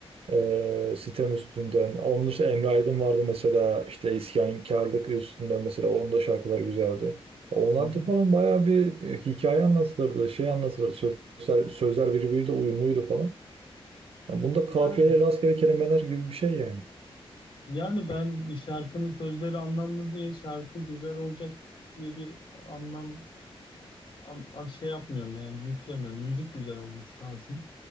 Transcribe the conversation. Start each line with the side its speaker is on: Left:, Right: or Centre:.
Right: eee, sitem üstünden. Onun dışında Emre Aydın vardı mesela işte isyankarlık üstünden mesela onun da şarkıları güzeldi. Onlar
Left: Hı hı.
Right: da falan bayağı bir e, hikaye anlatılırdı, şey anlatılırdı. Sözler, sözler birbiriyle uyumluydu falan. Yani bunda
Left: Yani
Right: kafiyeli rastgele kelimeler gibi bir şey yani.
Left: yani ben bir şarkının sözleri anlamlı diye şarkı güzel olacak diye bir anlam an, an- şey yapmıyorum yani yüklemiyorum. Müzik güzel olması lazım.